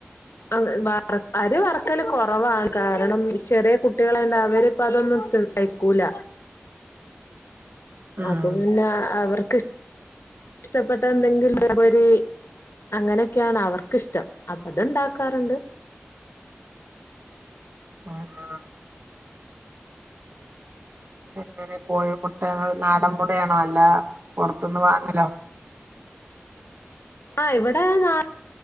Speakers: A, on the left; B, on the right.
A: അഹ് വ അരി വർക്കല് കുറവാണ് കാരണം ചെറിയ കുട്ടിള്ണ്ട് അവരിപ്പ അതോന്നും തി, കഴിക്കുല
B: ഉം
A: അപ്പൊ പിന്നെ അവർ ഇഷ്ടപ്പെട്ട എന്തെങ്കിലും പൊരി അങ്ങനെയൊക്കെയാണ് അവർക്ക്ക്കിഷ്ടം അപ്പൊ അത്ണ്ടാക്കാറുണ്ട്
B: ആഹ് ആഹ് എങ്ങനെ കോഴിമുട്ടകൾ നാടൻ മുടയാണോ അല്ല പുറത് ന്ന് വാങ്ങലോ
A: ആഹ് ഇവിടെ നാ